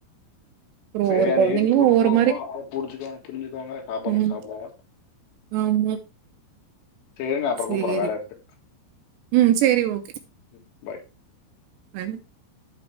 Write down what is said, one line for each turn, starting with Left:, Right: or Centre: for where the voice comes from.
Right: அப்புறம்
Left: சரி
Right: ஒவ்வொரு
Left: அது
Right: குழந்தைங்களும்
Left: ஏஜ் போக
Right: ஒவ்வொரு
Left: போக
Right: மாரி.
Left: போக அவங்களே புடிச்சுக்குவாங்க புரிஞ்சிக்குவாங்க சாப்புட்றேன்னு
Right: ம்.
Left: சாப்டுவாங்க
Right: ஆமா
Left: செரி இருங்க அப்றோ
Right: சரி.
Left: கூப்புறே வேலருக்கு
Right: ம் சேரி ஓகே
Left: ம் பை
Right: <unintelligible>